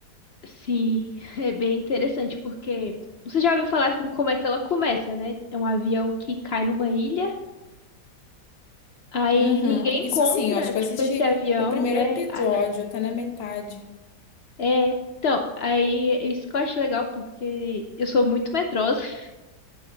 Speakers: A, on the left (about 55°); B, on the left (about 80°).
A: Sim, é bem interessante porque você já ouviu falar assim como é que ela começa, né? É um avião que cai numa ilha Aí
B: Uhum,
A: ninguém encontra,
B: isso sim, eu acho que
A: tipo,
B: eu assisti
A: esse avião.
B: o primeiro
A: É,
B: episódio,
A: a-
B: até na metade.
A: é. Então, aí isso que eu acho legal, porque eu sou muito medrosa. <laughs>